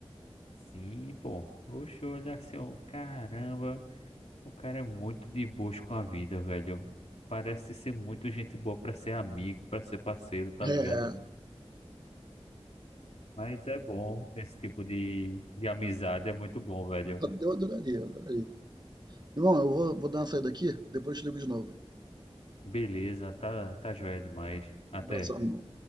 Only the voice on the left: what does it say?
Sim, pô. Oxe, olha assim, ó, caramba, o cara é muito de boas com a vida, velho. Parece ser muito gente boa pra ser amigo, pra ser parceiro, tá
ligado? Mas é bom, esse tipo de, de amizade é muito bom, velho.
Beleza, tá, tá joia demais. Até.